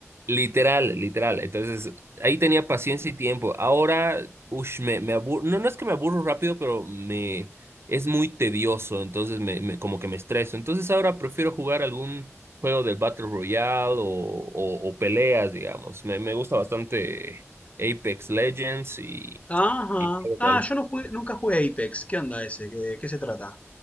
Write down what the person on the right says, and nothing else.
Literal, literal. Entonces, ahí tenía paciencia y tiempo. Ahora, ush, me, me aburro. No, no es que me aburro rápido, pero me es muy tedioso. Entonces, me, me- como que me estreso. Entonces, ahora prefiero jugar algún juego del Battle Royale o, o, o peleas, digamos. Me, me gusta bastante Apex Legends y,
y
LOL.